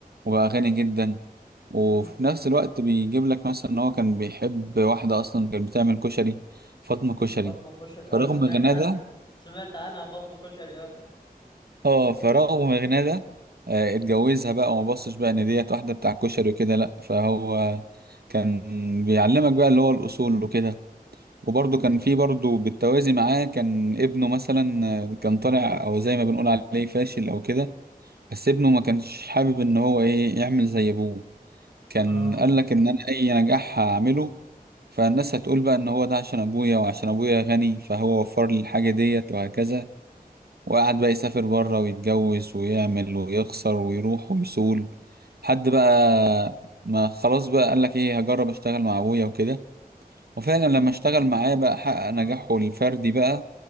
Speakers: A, on the right; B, on the left.
A: وبقى غني جدا
B: مم.
A: وفي نفس الوقت بيجيب لك مثلا إن هو كان بيحب واحدة أصلا كانت بتعمل كشري فاطمة كشري
B: فاطمة كشري آه
A: فرغم
B: سمعت
A: غناه
B: عنها
A: ده
B: سمعت عنها فاطمة كشري اه
A: اه فرغم غناه ده آه، اتجوزها بقى وما بصش بقى إن ديت واحدة بتاع كشري وكده لأ فهو كان بيعلمك بقى اللي هو الأصول وكده وبرضه كان في برضه بالتوازي معاه كان ابنه مثلا آه، كان طالع او زي ما بنقول عليه فاشل او كده بس ابنه ما كانش حابب ان هو ايه يعمل زي ابوه كان
B: اه
A: قال لك ان انا اي نجاح هعمله فالناس هتقول بقى ان هو ده عشان ابويا وعشان ابويا غني فهو وفر لي الحاجة ديت وهكذا وقعد بقى يسافر بره ويتجوز ويعمل ويخسر ويروح ويصول حد بقى ما خلاص بقى قال لك ايه هجرب اشتغل مع ابويا وكده وفعلا لما اشتغل معاه بقى حقق نجاحه
B: آه.
A: الفردي بقى